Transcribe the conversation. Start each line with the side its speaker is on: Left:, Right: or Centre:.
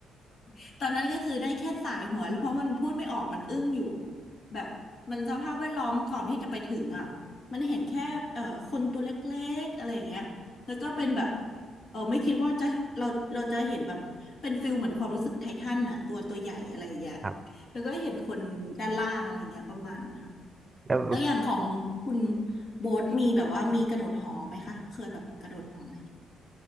Left: <laughs> ตอนนั้นก็คือได้แค่สายหัวเพราะมันพูดไม่ออกมันอึ้งอยู่แบบมันสภาพแวดล้อมก่อนที่จะไปถึงอ่ะมันเห็นแค่เอ่อคนตัวเล็กๆอะไรอย่างเงี้ย แล้วก็เป็นแบบเออไม่คิดว่าจะเราเราจะเห็นแบบเป็นฟิลเหมือนความรู้สึกไททันน่ะตัวตัวใหญ่อะไรอย่างเงี้ย
Right: ครับ
Left: แล้วก็เห็นคนด้านล่างอะไรเงี้ยประมาณนั้นค่ะ
Right: แล้ว
Left: แล้วอย่างของคุณโบ๊ทมีแบบว่ามีกระโดดหอไหมคะเคยแบบกระโดดหอไหม